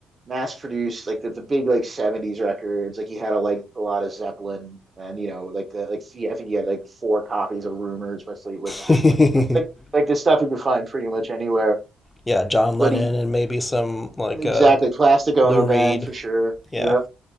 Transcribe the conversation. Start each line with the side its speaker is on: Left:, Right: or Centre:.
Right: mass produced, like the, the big like seventies records. Like you had a like a lot of Zeppelin and you know, like the like yeah, I think you had like four copies of Rumors by Fleetwood Mac,
Left: <laughs>
Right: like like like the stuff you could find pretty much anywhere.
Left: yeah, John
Right: But
Left: Lennon
Right: he
Left: and maybe some like
Right: exactly
Left: uh
Right: Plastic Ono
Left: Lou Reed.
Right: Band for sure.
Left: Yeah.
Right: Yeah,